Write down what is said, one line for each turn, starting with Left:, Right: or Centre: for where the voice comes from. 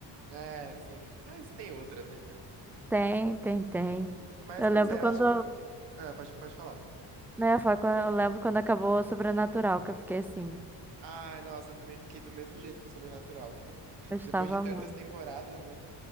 Right: É, sim, mas tem outras, né?
Centre: tem, tem, tem.
Right: Hum, Mas
Centre: Eu
Right: pois
Centre: lembro
Right: é,
Centre: quando,
Right: eu acho que, ah, pode, pode falar.
Centre: né, foi quando, eu lembro quando acabou o Sobrenatural, que eu fiquei assim,
Right: Ai, nossa, eu também fiquei do mesmo jeito com Sobrenatural. <laughs>
Centre: gostava
Right: Depois de tantas
Centre: muito.
Right: temporadas, né?